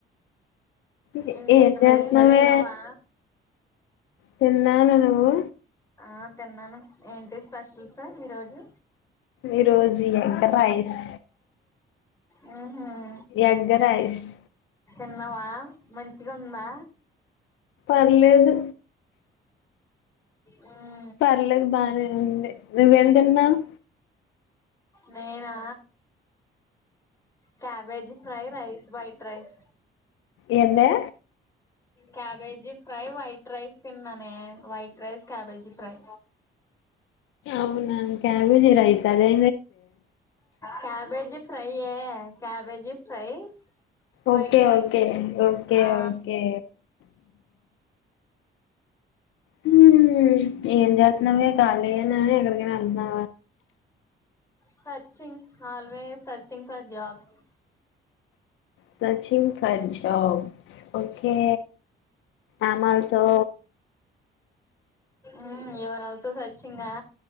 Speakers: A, on the left (about 80°); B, on the left (about 15°).
A: క్
B: ఇంకేంటి
A: ఏం చేస్తున్నావే.
B: మరి తిన్నావా
A: తిన్నాను నువు.
B: ఆ తిన్నాను ఏంటి స్పెషల్స్ ఈరోజు.
A: ఈరోజు ఎగ్ రైస్.
B: ఉహుమ్.
A: Egg rice.
B: తిన్నావా, మంచిగా ఉందా.
A: పర్లేదు.
B: ఉమ్.
A: పర్లేదు బానే ఉంది, నువ్వేం తిన్నావ్.
B: నేనా cabbage fry, rice, white rice.
A: ఏందే.
B: క్యాబేజీ ఫ్రై, వైట్ రైస్ తిన్నానే, వైట్ రైస్, క్యాబేజీ ఫ్రై.
A: అవునా, క్యాబేజ్ రైస్ అదే.
B: క్యాబేజ్. ఫ్రై యే, cabbage fry. white
A: Okay
B: rice
A: okay okay
B: ఆ
A: ఓకే. హుమ్మ్ ఎంజెత్తన్నవే కాలీయేనా, ఎక్కడికైనా. అవునా.
B: Searching, always searching for jobs.
A: Searching for job. స్ okay. I'm also.
B: Ah యువరాల్సో searching ah